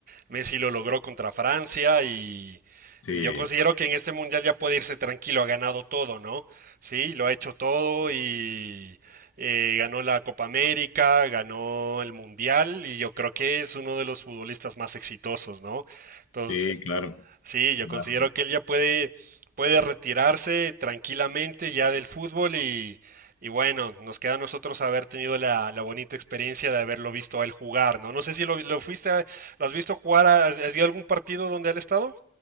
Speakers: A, on the right; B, on the left.
A: Messi lo logró contra Francia y,
B: sí,
A: y yo considero que en este mundial ya puede irse tranquilo, ha ganado todo, ¿no? Sí, lo ha hecho todo y eh, ganó la Copa América, ganó el mundial y yo creo que es uno de los futbolistas más exitosos, ¿no? Entonces,
B: sí, claro,
A: Sí, yo
B: claro.
A: considero que él ya puede, puede retirarse tranquilamente ya del fútbol y, y bueno, nos queda a nosotros haber tenido la, la bonita experiencia de haberlo visto a él jugar, ¿no? No sé si lo, lo fuiste, a- ¿lo has visto jugar? ¿Has, has ido a algún partido donde él ha estado?